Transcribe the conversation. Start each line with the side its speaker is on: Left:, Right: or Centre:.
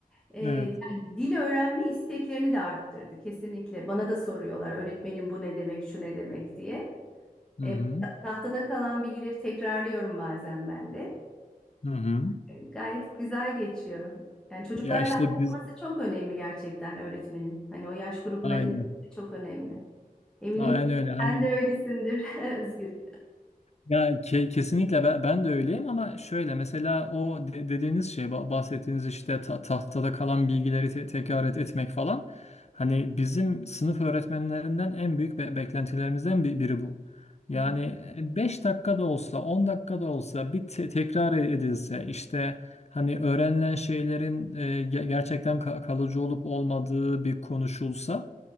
Centre: E, yani
Left: Evet.
Centre: dil öğrenme isteklerini de arttırdı kesinlikle. Bana da soruyorlar öğretmenim bu ne demek, şu ne demek diye.
Left: Hı
Centre: E,
Left: hı.
Centre: ta- tahtada kalan bilgileri tekrarlıyorum bazen ben de.
Left: Hı hı.
Centre: E, gayet güzel geçiyor. Yani çocuklarla
Left: Ya işte
Centre: anlatması
Left: biz
Centre: çok önemli gerçekten öğretmenin. Hani o yaş grubuna
Left: aynı.
Centre: inmesi çok önemli. Eminim
Left: Aynen öyle hani
Centre: sen de öylesindir <laughs> Özgür.
Left: ya ke- kesinlikle ben, ben de öyleyim ama şöyle mesela o de- dediğiniz şey ba- bahsettiğiniz işte ta- tahtada kalan bilgileri te- tekrar et- etmek falan hani bizim sınıf öğretmenlerinden en büyük be- beklentilerimizden bi- biri bu. Yani
Centre: Hı hı.
Left: e, 5 dakika da olsa 10 dakika da olsa bir te- tekrar e, edilse işte hani öğrenilen şeylerin e, ge- gerçekten ka- kalıcı olup olmadığı bir konuşulsa